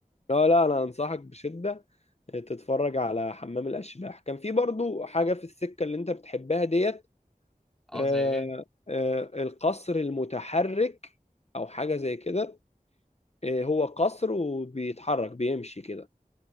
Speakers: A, on the left; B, in the centre.
A: لا لا انا انصحك بشدة تتفرج على حمام الاشباح كان في برضو حاجة في السكة اللي انت بتحبها ديت
B: أه
A: آه،
B: زي إيه؟
A: آه، القصر المتحرك او حاجة زي كده آه، هو قصر وبيتحرك بيمشي كده